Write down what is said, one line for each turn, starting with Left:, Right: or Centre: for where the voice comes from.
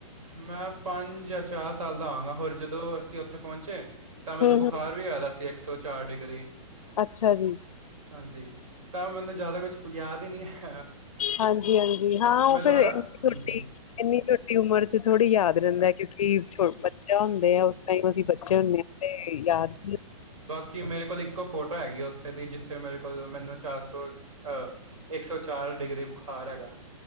Right: ਮੈਂ ਪੰਜ ਜਾਂ ਚਾਰ ਸਾਲ ਦਾ ਹੋਵਾਂਗਾ ਹੋਰ ਜਦੋਂ ਅਸੀਂ ਉੱਥੇ ਪਹੁੰਚੇ ਤਾਂ ਮੈਨੂੰ
Left: ਹਮ
Right: ਬੁਖਾਰ
Left: ਹਮ
Right: ਵੀ ਹੋਇਆ ਦਾ ਸੀ ਇੱਕ ਸੌ ਚਾਰ ਡਿਗਰੀ।
Left: ਅੱਛਾ ਜੀ।
Right: ਹਾਂਜੀ ਤਾਂ ਮੈਨੂੰ ਜ਼ਿਆਦਾ ਕੁਛ ਯਾਦ ਈ ਨੀ ਐ।
Left: ਹਾਂਜੀ-ਹਾਂਜੀ ਹਾਂ ਉਹ
Right: ਦੁਬਾਰਾ
Left: ਫੇਰ ਇੰਨੀ
Right: ਹਾਂਜੀ,
Left: ਛੋਟੀ, ਇਨੀ ਛੋਟੀ ਉਮਰ ਚ ਥੋੜ੍ਹੀ ਯਾਦ ਰਹਿੰਦਾ ਐ। ਕਿਉਂਕਿ ਬੱਚਾ ਹੁੰਦੇ ਆ, ਉਸ ਟਾਈਮ ਅਸੀਂ ਬੱਚੇ ਹੁੰਨੇ ਆ ਤੇ ਯਾਦ ਈ
Right: ਕਿ ਮੇਰੇ ਕੋਲ ਇੱਕੋ ਫੋਟੋ ਹੈਗੀ ਉੱਥੇ ਦੀ ਜਿੱਥੇ ਮੇਰੇ ਕੋਲ ਮੈਨੂੰ ਚਾਰ ਸੌ ਅ ਇੱਕ ਸੌ ਚਾਰ ਡਿਗਰੀ ਬੁਖਾਰ ਹੈਗਾ।